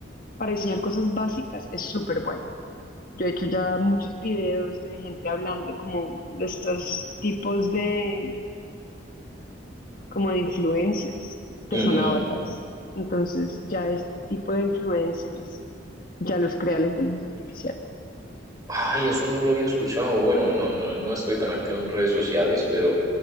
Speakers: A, on the left; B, on the right.
A: para diseñar cosas básicas es súper bueno. Yo he hecho ya muchos videos de gente hablando como de estos tipos de, como de influencers
B: ujú.
A: que son avatars. Entonces, ya este tipo de influencers ya los crea la inteligencia artificial.
B: Ay, eso no lo había escuchado. Bueno, no, no, no estoy tan activo en redes sociales, pero,